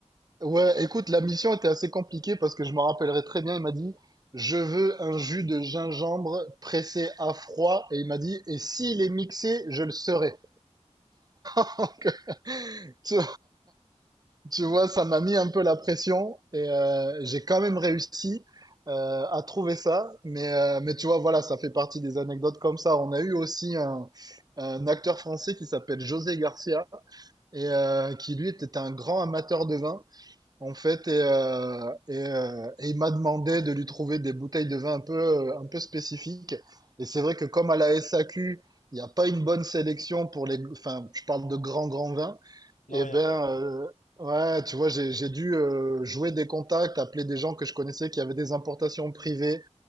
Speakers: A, on the right; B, on the left.
A: Ouais, écoute, la mission était assez compliquée parce que je m'en rappellerai très bien. Il m'a dit, je veux un jus de gingembre pressé à froid. Et il m'a dit, et s'il est mixé, je le serai. Donc, <laughs> tu, tu vois, ça m'a mis un peu la pression et euh, j'ai quand même réussi euh, à trouver ça. Mais, euh, mais tu vois, voilà, ça fait partie des anecdotes comme ça. On a eu aussi un, un acteur français qui s'appelle José Garcia et euh, qui, lui, était un grand amateur de vin. en fait, et, euh, et, euh, et il m'a demandé de lui trouver des bouteilles de vin un peu, euh, un peu spécifiques. Et c'est vrai que comme à la SAQ, il n'y a pas une bonne sélection pour les, enfin, je parle de grands, grands vins.
B: Non,
A: Et
B: il
A: ben,
B: n'y a
A: euh, ouais, tu vois, j'ai, j'ai dû euh, jouer des contacts, appeler des gens que je connaissais qui avaient des importations privées,